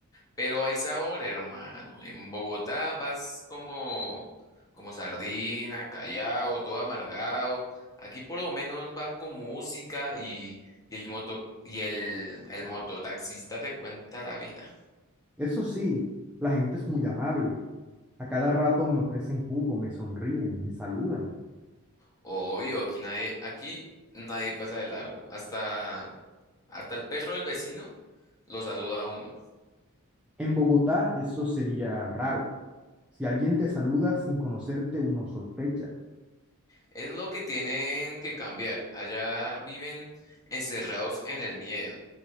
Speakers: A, on the left; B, in the centre.
A: Pero hay sabor, hermano. En Bogotá vas como, como sardina, callado, todo amargado. Aquí por lo menos va con música y, y el moto y el, el mototaxista te cuenta la vida.
B: Eso sí, la gente es muy amable. A cada rato me ofrecen jugo, me sonríen, me saludan.
A: Obvio, aquí nadie, aquí nadie pasa de largo. Hasta, hasta el perro del vecino lo saluda a uno.
B: En Bogotá eso sería raro. Si alguien te saluda sin conocerte, uno sospecha.
A: Es lo que tienen que cambiar. Allá viven encerrados en el miedo.